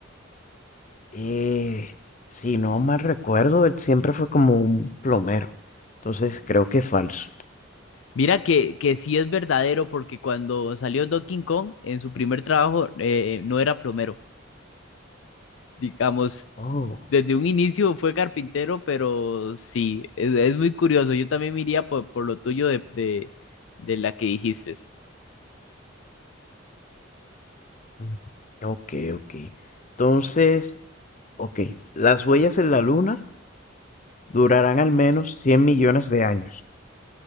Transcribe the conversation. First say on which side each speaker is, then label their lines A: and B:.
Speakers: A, on the left; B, on the left.
A: Eh, si no mal recuerdo, él siempre fue como un plomero. Entonces creo que es falso.
B: Mira que, que sí es verdadero porque cuando salió Donkey Kong, en su primer trabajo eh, no era plomero. digamos,
A: Oh,
B: desde un inicio fue carpintero, pero sí, es, es muy curioso. Yo también me iría por, por lo tuyo de, de, de la que dijiste.
A: mm, ok, ok. Entonces, Ok, las huellas en la Luna durarán al menos 100 millones de años.